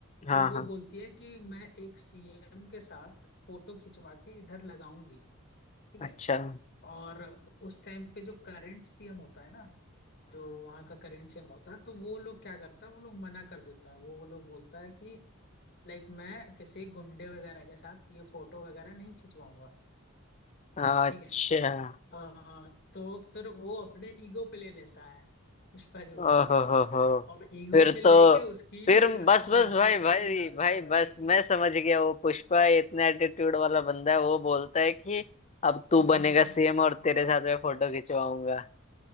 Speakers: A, on the left; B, on the left.
A: हाँ
B: तो वो
A: हाँ
B: बोलती है कि मैं एक सीएम के साथ फोटो खिंचवा के इधर लगाऊंगी ठीक
A: अच्छा
B: है
A: हाँ
B: और उस टाइम पे जो करंट सीएम होता है ना जो वहाँ का करंट सीएम होता है तो वो लोग क्या करता है वो लोग मना कर देता है वो वो लोग बोलता है कि लाइक मैं किसी गुंडे वगैरह के साथ ये फोटो वगैरह नहीं खिंचवाऊंगा
A: हाँ
B: ठीक
A: अच्छा
B: है आ, तो फिर वो अपने ईगो पे ले लेता है पुष्पा जो होता
A: ओहो
B: है
A: हो हो
B: और ईगो
A: फिर
B: पे लेके
A: तो
B: उसकी
A: फिर
B: अ,
A: बस
B: हाँ
A: बस भाई
B: सरकार
A: भाई
B: गिरा देता
A: भाई
B: है भाई
A: बस
B: <laughs>
A: मैं समझ गया वो पुष्पा इतना एटीट्यूड वाला बंदा है वो बोलता है कि अब तू
B: हम्म,
A: बनेगा
B: हम्म,
A: सीएम और
B: हम्म।
A: तेरे साथ मैं फोटो खिंचवाऊंगा